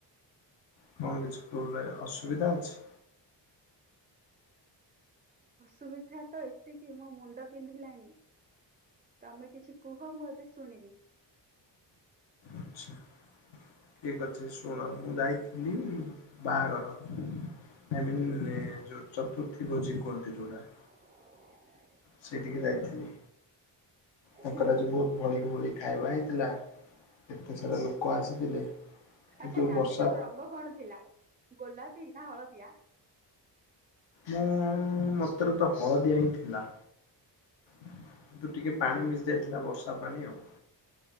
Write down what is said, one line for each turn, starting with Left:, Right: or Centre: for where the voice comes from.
Left: କଣ କିଛି ପ୍ରବ୍ଲେ ଅସୁବିଧା ଅଛି।
Right: ଅସୁବିଧା ତ ଏତିକି ମୋ ମୁଣ୍ଡ ବିନ୍ଧିଲାଣି। ତମେ କିଛି କୁହ ମୁଁ ଏବେ ଶୁଣିବି।
Left: ଆଛା। ଠିକ ଅଛି ଶୁଣ ମୁଁ ଯାଇଥିଲି ବାହାଘର। ଫ୍ୟାମିଲରେ ଯୋଉ ଚତୁର୍ଥୀ ଭୋଜି କୁହନ୍ତି ଯଉଟା।
Right: <unintelligible>
Left: ସେଇଠିକି ଯାଇଥିଲି ତାଙ୍କର
Right: ହୁଁ,
Left: ଆଜି ବହୁତ ଭଳିିକି ଭଳିିକ ଖାଇବା ହେଇଥିଲା କେତେ ସାରା ଲୋକ ଆସିଥିଲେ। କିନ୍ତୁ
Right: ଆଚ୍ଛା ଡାଲିର
Left: ବର୍ଷା
Right: ରଙ୍ଗ କଣ ଥିଲା ଗୋଲାପୀ ନା ହଳଦିଆ?
Left: ମୁଁ ମତରେ ତ ହଳଦିଆ ହିଁ ଥିଲା। କିନ୍ତୁ ଟିକେ ପାଣି ମିଶି ଯାଇଥିଲା ବର୍ଷା ପାଣି ଆଉ।